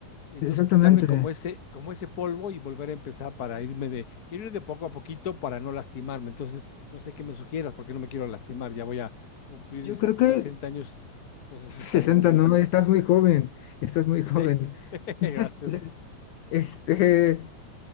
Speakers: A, on the left (about 35°); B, on the left (about 70°).
A: Entonces,
B: exactamente.
A: quitarme como ese, como ese polvo y volver a empezar para irme de, quiero ir de poco a poquito para no lastimarme. Entonces, no sé qué me sugieras porque no me quiero lastimar. Ya voy a cumplir
B: Yo creo que
A: 60 años, entonces sí está
B: 60,
A: difícil.
B: no, estás muy joven, estás muy joven.
A: Sí, <laughs>
B: <laughs>
A: gracias.
B: Este,